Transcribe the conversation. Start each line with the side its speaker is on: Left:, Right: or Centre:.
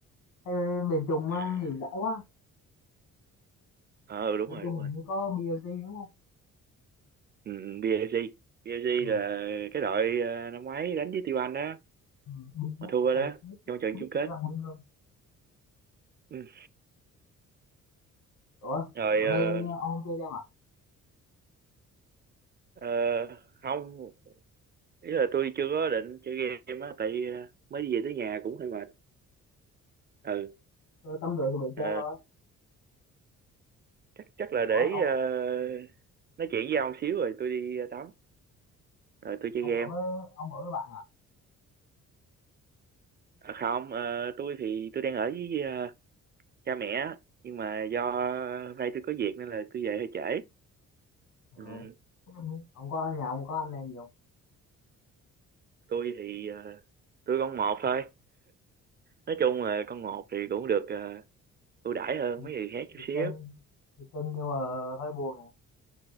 Left: Thế bên Trung
Right: à
Left: á, nhiều giải quá
Right: ờ ừ, đúng
Left: bên
Right: rồi
Left: Trung
Right: đúng
Left: hình
Right: rồi
Left: như có BLT đúng không
Right: ừ, ừ, PSG PSG
Left: ừ.
Right: là cái đội ờ, năm ngoái đánh với Tiêu Anh đó
Left: Ừ. Binh đó
Right: mà thua
Left: sao
Right: đó
Left: biết
Right: trong trận
Left: biết
Right: chung kết
Left: mỗi lần binh luôn
Right: ừ.
Left: ủa
Right: rồi
Left: bữa nay
Right: ờ,
Left: ông chơi game à
Right: ờ, không ý là tôi chưa có định chơi game á tại ờ, mới đi về tới nhà cũng hơi mệt ừ
Left: tôi tắm rửa thì bị
Right: ờ,
Left: chơi thôi
Right: chắc chắc là để
Left: ủa ông
Right: ờ, nói chuyện với ông xíu rồi tôi đi ờ, tắm rồi tôi chơi
Left: ông
Right: game
Left: ở với ông ở với bạn à
Right: à, không ờ, tôi thì tôi đang ở với ờ, cha mẹ á. nhưng mà do hôm nay tôi có việc nên là tôi về hơi trễ
Left: ừ.
Right: ừ,
Left: ông có nhà ông có anh em gì không
Right: tôi thì ờ, tôi con một thôi nói chung là con một thì cũng được ờ, ưu đãi hơn
Left: được
Right: mấy người khác
Left: được
Right: chút xíu
Left: cưng được cưng nhưng mà hơi buồn này